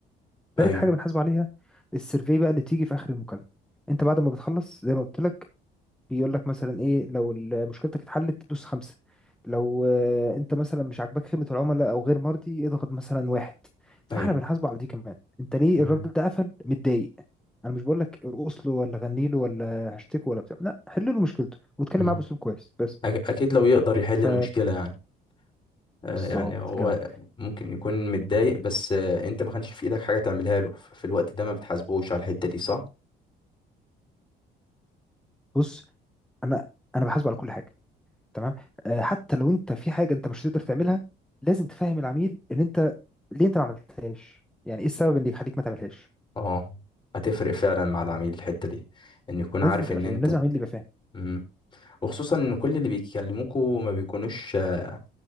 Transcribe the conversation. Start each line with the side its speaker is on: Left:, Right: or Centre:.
Centre: تالت
Left: ايوه
Centre: حاجه بنحاسبه عليها السيرفي بقى اللي تيجي في اخر المكالمه انت بعد ما بتخلص زي ما قلت لك بيقول لك مثلا ايه لو ال- مشكلتك اتحلت تدوس خمسة لو آه، انت مثلا مش عاجباك خدمة العملاء او غير مرضي اضغط مثلا واحد فاحنا
Left: ايوه
Centre: بنحاسبه على دي كمان انت ليه
Left: مم.
Centre: الراجل ده قفل متضايق انا مش بقول لك ارقص له ولا غني له ولا هشتكه ولا بتاع لا حل له مشكلته واتكلم
Left: مم.
Centre: معاه باسلوب كويس بس
Left: أك- اكيد لو يقدر يحل
Centre: ف
Left: المشكله يعني آه،
Centre: بالظبط
Left: يعني هو
Centre: جدع
Left: ممكن يكون متضايق بس آه، انت ما كانش في ايدك حاجه تعملها له ففي الوقت ده ما بتحاسبوش على الحته دي صح
Centre: بص انا انا بحاسبه على كل حاجه تمام آه، حتى لو انت في حاجه انت مش هتقدر تعملها لازم تفهم العميل ان انت ليه انت ما عملتهاش يعني ايه السبب اللي يخليك ما تعملهاش
Left: اه هتفرق فعلا مع العميل الحته دي ان يكون
Centre: لازم
Left: عارف
Centre: تبقى
Left: ان
Centre: فاهم
Left: انت
Centre: لازم عميل يبقى فاهم
Left: مم. وخصوصا ان كل اللي بيكلموكوا ما بيكونوش آه،